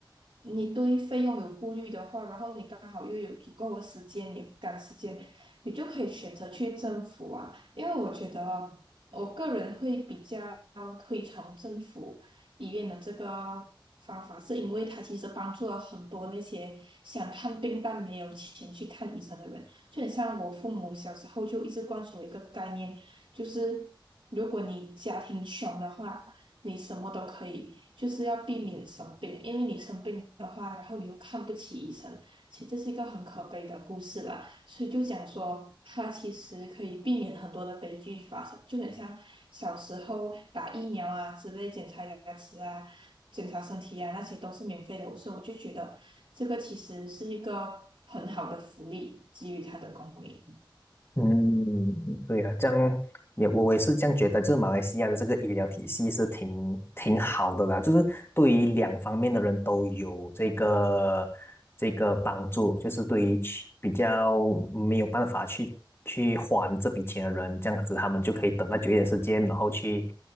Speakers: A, on the right; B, on the left.
A: 你对费用有顾虑的话，然后你刚好又有足够的时间，也不赶时间，你就可以选择去政府啊。因为我觉得。我个人会比较推崇政府医院的这个方法，是因为它其实帮助了很多那些想看病但没有钱去看医生的人。就很像我父母小时候就一直灌输一个概念，就是如果你家庭穷的话，你什么都可以，就是要避免生病，因为你生病的话，然后你又看不起医生，其实这是一个很可悲的故事啦。所以就讲说，它其实可以避免很多的悲剧发生，就很像小时候打疫苗啊之类，检查牙齿啊、检查身体啊，那些都是免费的，所以我就觉得这个其实是一个很好的福利，给予他的公民。
B: 嗯，对啊，这样也我我也是这样觉得，就是马来西亚的这个医疗体系是挺挺好的啦，就是对于两方面的人都有这个这个帮助，就是对于去比较没有办法去去还这笔钱的人，这样子他们就可以等到久一点时间，然后去